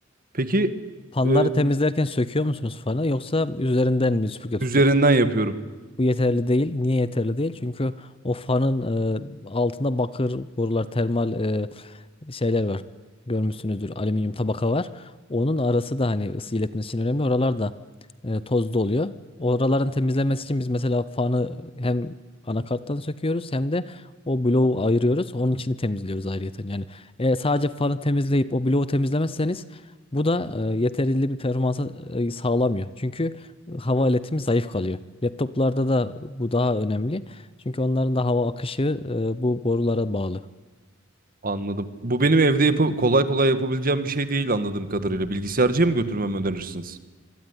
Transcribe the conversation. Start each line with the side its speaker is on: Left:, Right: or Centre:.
Right: Peki
Left: Fanları
Right: e,
Left: temizlerken söküyor musunuz fanı yoksa üzerinden mi süpürge
Right: üzerinden
Left: tutuyorsunuz?
Right: yapıyorum.
Left: Bu yeterli değil. Niye yeterli değil? Çünkü o fanın e, altında bakır borular, termal e, şeyler var. Görmüşsünüzdür. Alüminyum tabaka var. Onun arası da hani ısı iletmesi için önemli. Oralar da e, tozlu oluyor. Oraların temizlenmesi için biz mesela fanı hem anakarttan söküyoruz hem de o bloğu ayırıyoruz. Onun içini temizliyoruz ayrıyeten. Yani e, sadece fanı temizleyip o bloğu temizlemezseniz bu da e, yeterli bir performansa e, sağlamıyor. Çünkü hava iletimi zayıf kalıyor. Laptoplarda da bu daha önemli. Çünkü onların da hava akışı e, bu borulara bağlı.
Right: Anladım. Bu benim evde yapı- kolay kolay yapabileceğim bir şey değil anladığım kadarıyla. Bilgisayarcıya mı götürmemi önerirsiniz?